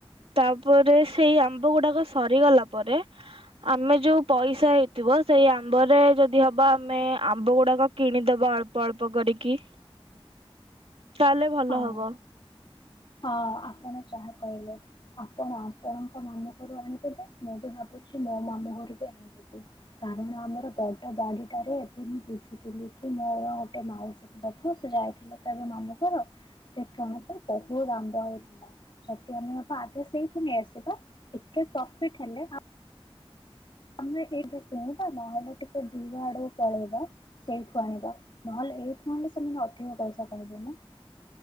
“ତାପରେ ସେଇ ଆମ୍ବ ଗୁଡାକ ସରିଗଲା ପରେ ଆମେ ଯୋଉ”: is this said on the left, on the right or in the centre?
Right